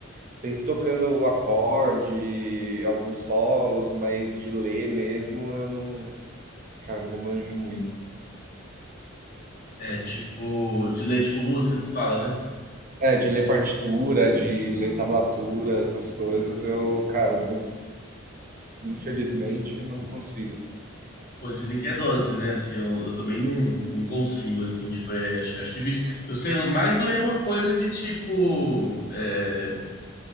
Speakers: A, on the right; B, on the left.
A: sempre tocando o acorde, alguns solos, mas de ler mesmo eu não, cara, não manjo muito.
B: É tipo, de ler tipo música, tu fala, né?
A: É, de ler partitura, de ler tablatura, essas coisas, eu, cara, não, infelizmente não consigo.
B: Pô, dizem que é dose, né? Assim, eu, eu também não, não consigo, assim, tipo, é, acho, acho difícil. Eu sei mais ler uma coisa de tipo. é,